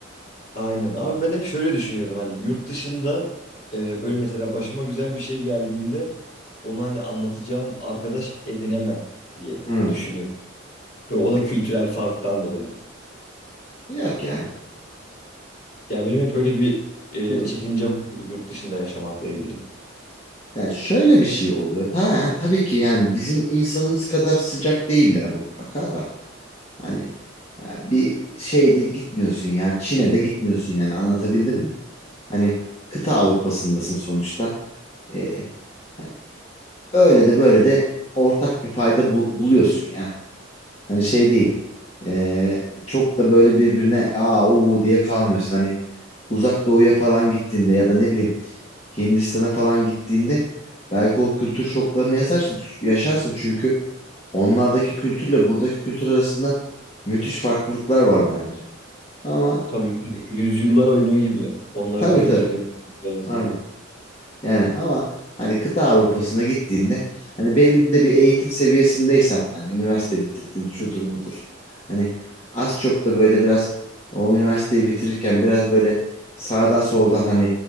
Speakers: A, on the left; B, on the left.
A: Aynen. Abi ben hep şöyle düşünüyordum hani yurt dışında e, böyle mesela başıma güzel bir şey geldiğinde onu hani anlatacağım arkadaş edinemem diye
B: Hı.
A: düşünüyorum. Böyle o da kültürel farktan dolayı.
B: Yok ya.
A: Yani benim hep öyle bir e,
B: Hı.
A: çekincem oldu yurt dışında yaşamakla ilgili.
B: Yani şöyle bir şey oluyor. Ta, tabii ki yani bizim insanımız kadar sıcak değiller mutlaka da. Hani ya bir şeyde gitmiyorsun ya. Çin'e de gitmiyorsun yani anlatabildim mi? Hani kıta Avrupa'sındasın sonuçta. Ee, hani öyle de böyle de ortak bir payda bul- buluyorsun ya. Hani şey değil. Ee, çok da böyle birbirine aa uu diye kalmıyorsun. Hani uzak doğuya falan gittiğinde ya da ne bileyim Hindistan'a falan gittiğinde belki o kültür şoklarını yaşarsın, yaşarsın çünkü onlardaki kültürle buradaki kültür arasında müthiş farklılıklar var bence. Ama
A: Tabii yü-
B: hani,
A: yüzyıllar oynuyor gibi onların
B: tabii
A: kültürleri
B: tabii.
A: arasında.
B: Aynen. Yani ama hani kıta Avrupa'sına gittiğinde hani belli de bir eğitim seviyesindeysen hani üniversite bitirdin şudur budur. Hani az çok da böyle biraz o üniversiteyi bitirirken biraz böyle sağdan soldan hani